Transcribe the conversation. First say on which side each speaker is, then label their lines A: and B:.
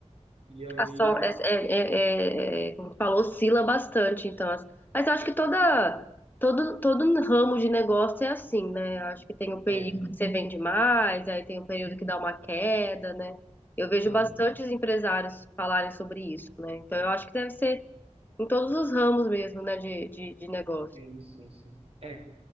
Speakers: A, on the right (about 55°); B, on the left (about 15°).
A: E aí,
B: A só, é, é, é- é- é, como tu falou, oscila bastante, então. as- Mas eu acho que toda, todo, todo ramo de negócio é assim, né? Eu acho que tem o período
A: é,
B: que você vende mais, aí tem o período que dá uma queda, né? Eu vejo
A: aham.
B: bastantes empresários falarem sobre isso, né? Então eu acho que deve ser em todos os ramos mesmo, né, de, de, de negócio.
A: Sim, sim, sim. É,